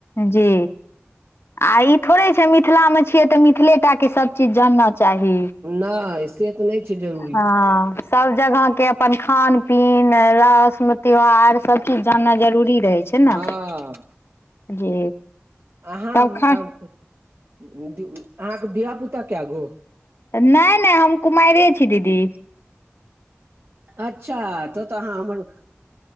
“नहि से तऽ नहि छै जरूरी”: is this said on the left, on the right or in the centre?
Right